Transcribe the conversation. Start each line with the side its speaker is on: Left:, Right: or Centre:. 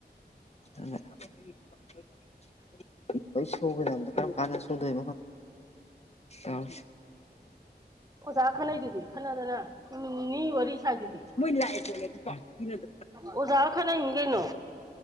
Left: ꯑꯗ <unintelligible> ꯁꯒꯗ ꯀꯣ ꯀꯥꯟꯁꯨꯗꯣꯏ ꯑꯣ
Right: ꯑꯣꯖꯥ ꯈꯟꯅꯩꯗꯨꯗꯤ ꯈꯅꯗꯅ ꯅꯨꯃꯤꯠ ꯅꯤꯅꯤ ꯋꯥꯔꯤ ꯁ꯭ꯋꯥꯏꯗꯨꯗꯤ
Left: ꯃꯣꯏ ꯂꯥꯛꯑꯦ ꯄꯣꯠꯂꯦ ꯑꯗꯨꯅꯗ
Right: ꯑꯣꯖꯥ ꯈꯅ ꯍꯒꯩꯅꯣ